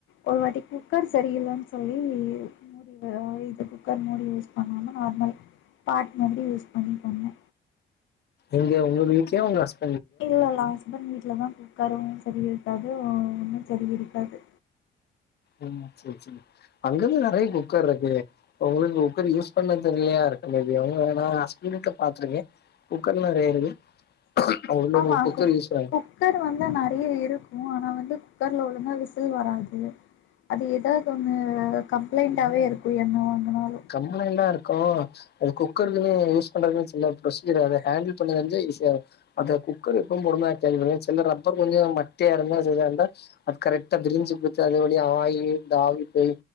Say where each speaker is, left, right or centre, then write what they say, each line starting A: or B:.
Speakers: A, on the left; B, on the left.
A: ஒரு வாட்டி குக்கர் செரியில்லன் சொல்லி இந் மாரி ஒ இது குக்கர் மூடி யூஸ் பண்ணாம நார்மல் பாட் மாதிரி யூஸ் பண்ணி பண்ணே
B: எங்க உங்க வீட்லயா உங்க ஹஸ்
A: இல்ல இல்ல ஹஸ்பண்ட் வீட்ல தா குக்கரு சரி இருக்காது ஒன்னு சரி இருக்காது
B: ம் சேரி சேரி அங்கதா நெறைய குக்கர் இருக்கு உங்களுக்கு குக்கர் யூஸ் பண்ண தெர்லயா இருக்கு மேரி அவுங்க நா ஹஸ்பண்ட் வீட்ல பாத்திருக்கே குக்கர்லா நெறையா இருக்கு அவங்க வீட்ல
A: ஆமா
B: உங்களுக்கு குக்கர்
A: குக்
B: யூஸ் பண்ண
A: குக் கர் வந்து நெறைய இருக்கு ஆனா வந்து குக்கர்ல ஒழுங்கா விசில் வராது அது ஏதாவது ஒண்ணு கம்ப்ளைண்டாவே இருக்கு என்ன வாங்குனாலு
B: ஆனா எல்லா இருக்கோ ஒரு குக்கருக்குனே யூஸ் பண்றதுன் சில ப்ரோசிஜர் அத ஹேண்டில் பண்ண தெரிஞ்சா ஈஸி தா அது குக்கர் எப்பவு <unintelligible> சில ரப்பர் கொஞ்சோ மட்டியா இருந்தா செரியா இருந்தா அது கரெக்ட்டா பிரிஞ்சி குடுத்து அது வழியா ஆயிலு இந்த ஆவி போய்